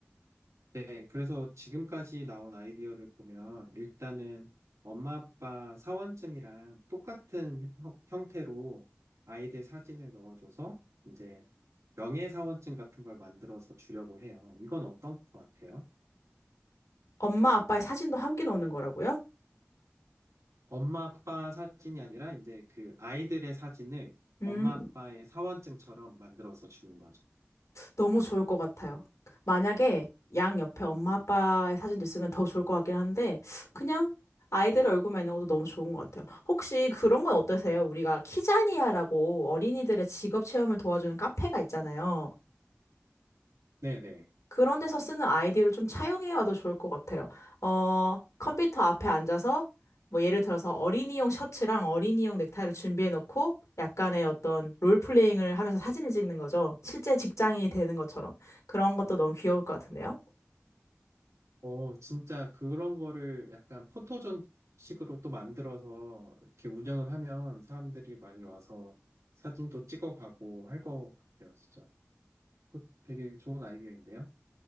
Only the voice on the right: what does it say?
네, 그래서 지금까지 나온 아이디어를 보면 일단은 엄마 아빠 사원증이랑 똑같은 형- 형태로 아이들 사진을 넣어줘서 이제 명예사원증 같은 걸 만들어서 주려고 해요. 이건 어떤 것 같아요?
엄마 아빠 사진이 아니라 이제 그 아이들의 사진을
엄마 아빠의 사원증처럼 만들어서 주는 거죠.
네네.
어, 진짜 그런 거를 약간 포토존 식으로 또 만들어서 이렇게 운영을 하면 사람들이 많이 와서 사진도 찍어가고 할 것 같아요, 진짜. 그거 되게 좋은 아이디어인데요.